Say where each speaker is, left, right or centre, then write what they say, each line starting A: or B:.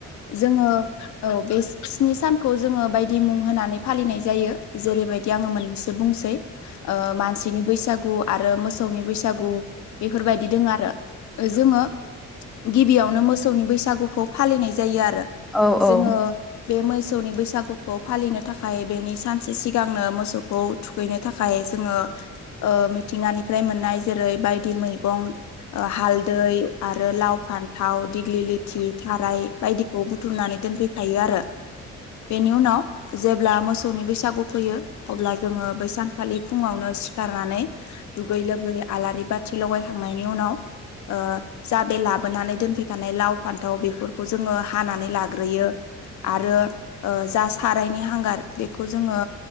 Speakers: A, on the left; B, in the centre.
A: जोङो औ बे स्नि सानखौ जोङो बायदि मुं होनानै फालिनाय जायो जेरैबायदि आङो मोननैसो बुंसै मानसिनि बैसागु आरो मो मोसौनि बैसागु बेफोरबायदि दङ आरो जोङो गिबियावनो मोसौनि बैसागुखौ फालिनाय जायो आरो
B: औ औ औ
A: जोङो बे मोसौनि बैसागुखौ फालिनो थाखाय बेनि सानसे सिगांनो मोसौखौ थुखैनो थाखाय जोङो ओ मिथिंगानिफ्राय मोननाय जेरै बायदि मैगं ओ हालदै आरो लाव फान्थाव दिग्लि लिथि थाराय बायदिखौ बुथुमनानै दोनफैखायो आरो बेनि उनाव जेब्ला मोसौनि बैसागु फैयो अब्ला जोङो बैसानखालि फुङावनो सिखारनानै दुगै लोबै आलारि बाथि लगायखांनायनि उनाव ओ जा बे लाबोनानै दोनफैखानाय लाव फान्थाव बेफोरखौ जोङो हानानै लाग्रोयो आरो जा सारायनि हांगार बेखौ जोङो